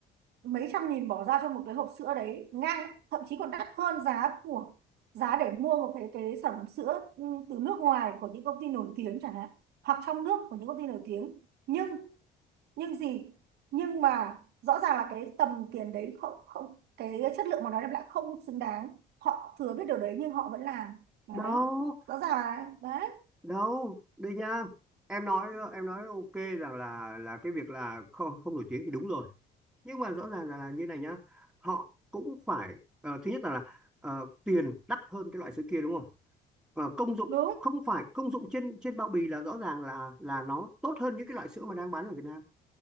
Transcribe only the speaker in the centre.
đâu
đâu đây nha em nói em nói ok rằng là là cái việc là không không nổi tiếng thì đúng rồi nhưng mà rõ ràng là, là như này nhá họ cũng phải ờ, thứ nhất là, là ờ, tiền đắt hơn cái loại sữa kia đúng không Ờ, công dụng
không phải công dụng trên trên bao bì là rõ ràng là là nó tốt hơn những cái loại sữa mà đang bán ở Việt Nam